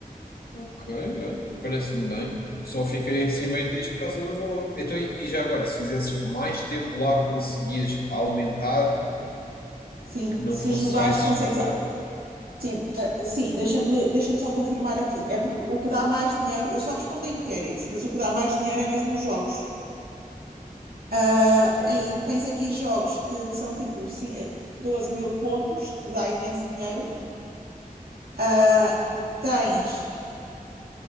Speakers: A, on the left; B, on the right.
A: Ok, olha, parece-me bem. Só fiquei assim meio triste por causa do valor. Então, e e já agora, se fizesses mais tempo lá, conseguias aumentar
B: Sim,
A: que não
B: se
A: fosse
B: jogares
A: só esses
B: consegues.
A: 5
B: a-
A: euros?
B: Tipo, ah, sim, deixa-me deixa-me só confirmar aqui. É porque o que dá mais dinheiro, eu só respondo a inquéritos, mas o que dá mais dinheiro é mesmo os jogos. Ah,
A: Ok,
B: e tens aqui jogos que são tipo cin- eh, 12 mil pontos, que dá imenso dinheiro. Ah, tens,